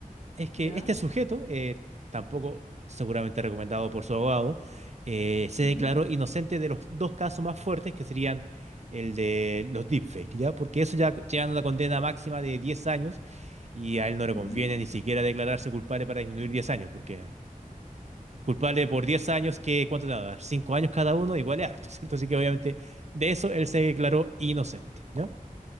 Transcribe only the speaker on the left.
ya,
ujú,
ujú.